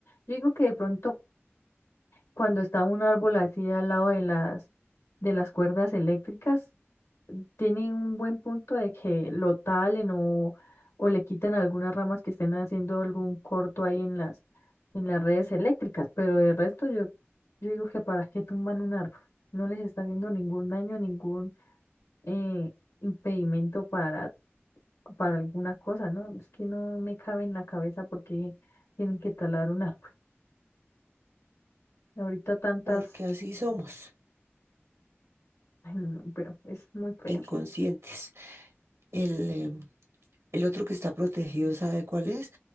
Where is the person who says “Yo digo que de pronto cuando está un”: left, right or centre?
Left